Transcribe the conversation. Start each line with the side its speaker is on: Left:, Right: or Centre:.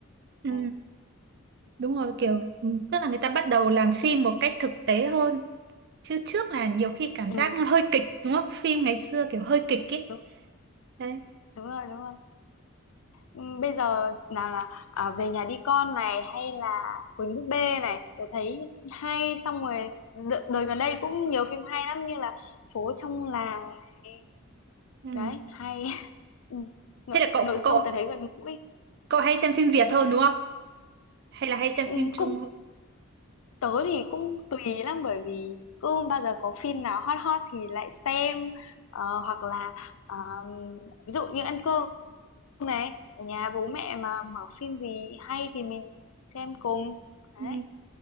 Right: Ừ.
Left: đấy,
Right: đúng rồi kiểu ừ, tức là người ta bắt đầu làm
Left: đấy.
Right: phim một cách thực tế hơn chứ trước là nhiều khi cảm
Left: Ừ.
Right: giác nó hơi kịch đúng không phim ngày xưa kiểu hơi kịch ấy
Left: Đúng,
Right: đấy
Left: đúng rồi đúng rồi Ừ, Bây giờ nào là à, về nhà đi con này hay là Quỳnh búp bê này tôi thấy hay xong rồi đ- đời gần đây cũng nhiều phim hay lắm như là phố trong làng này
Right: ừ.
Left: đấy hay <laughs> Ừ, nội,
Right: thế là cậu
Left: nội
Right: cậu
Left: dung tôi thấy gần gũi
Right: cậu hay xem phim Việt hơn đúng không hay là hay xem
Left: Ừ,
Right: phim Trung
Left: cũng
Right: hơn
Left: tớ thì cũng tùy lắm bởi vì cứ bao giờ có phim nào hot hot thì lại xem Ờ, hoặc là ờm, ví dụ như ăn cơm này ở nhà bố mẹ mà mở phim gì hay thì mình xem cùng đấy
Right: ừ.